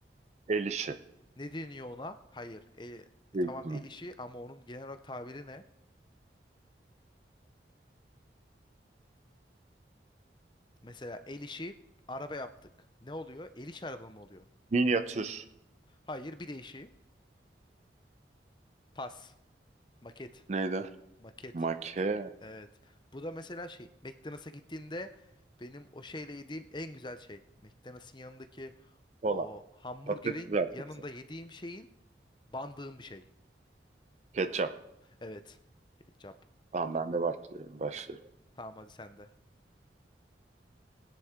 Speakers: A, on the right; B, on the left.
A: el işi,
B: Ne deniyor ona? Hayır. E,
A: zeytini,
B: tamam el işi ama onun genel olarak tabiri ne? Mesela el işi araba yaptık. Ne oluyor? El işi araba mı oluyor?
A: minyatür,
B: Hayır, bir de işi pas, maket,
A: neydi?
B: maket.
A: Make,
B: Evet. Bu da mesela şey, McDonald's'a gittiğinde benim o şeyle yediğim en güzel şey. McDonald's'ın yanındaki
A: kola,
B: o hamburgerin
A: patates kızartması,
B: yanında yediğim şeyin bandığım bir şey.
A: ketçap.
B: Evet. Ketçap.
A: Tamam ben de başlıyorum, başlıyorum.
B: Tamam hadi sen de.